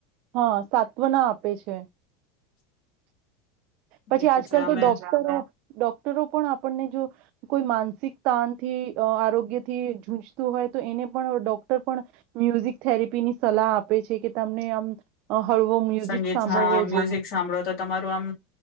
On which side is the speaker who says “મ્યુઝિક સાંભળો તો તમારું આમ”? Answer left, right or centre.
Left